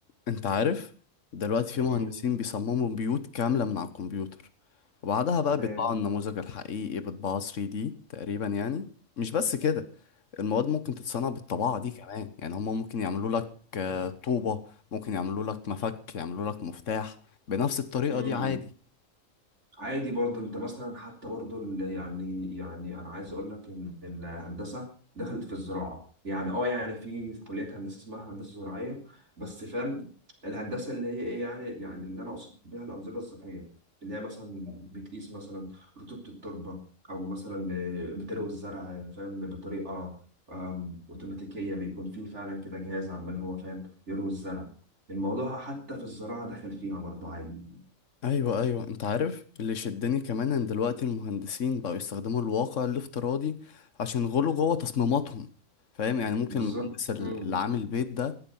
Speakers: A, on the left; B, on the right.
A: انت عارف دلوقتي في مهندسين
B: مم.
A: بيصمموا بيوت كاملة من على الكمبيوتر وبعدها
B: تمام
A: بقى بيطبعوا النموذج الحقيقي بطباعة 3D تقريبا يعني مش بس كده المواد ممكن تتصنع بالطباعة دي كمان يعني هما ممكن يعملوا لك آه، طوبة ممكن يعملوا لك مفك يعملوا لك مفتاح بنفس الطريقة
B: مم.
A: دي عادي
B: عادي برضه انت مثلا حتى برضه ال- يعني يعني انا عايز اقول لك ان الهندسه دخلت في الزراعه يعني اه يعني في في كليه هندسه اسمها هندسه زراعيه بس فاهم الهندسه اللي هي ايه يعني يعني اللي انا اقصد بيها الانظمه الصحيه اللي هي مثلا بتقيس مثلا رطوبه التربه او مثلا بتروي الزرع فاهم بطريقه آم، اوتوماتيكيه بيكون في فعلا كده جهاز عمال هو فاهم يروي الزرع الموضوع حتى في الزراعه دخل فيها برضه عادي
A: ايوه ايوه انت عارف اللي شدني كمان ان دلوقتي المهندسين بقوا يستخدموا الواقع الافتراضي عشان يغلوا جوه تصميماتهم فاهم يعني ممكن
B: بالظبط
A: المهندس ال-
B: مم.
A: اللي عامل بيت ده